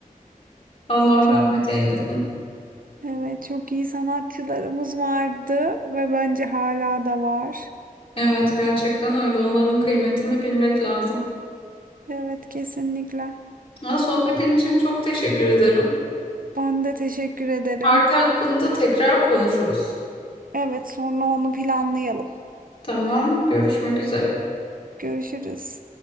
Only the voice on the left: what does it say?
Allah
rahmet eylesin.
Evet gerçekten öyle. Onların kıymetini bilmek lazım.
Ha, sohbetin için çok teşekkür ederim.
Artı hakkında tekrar konuşuruz.
Tamam, görüşmek üzere.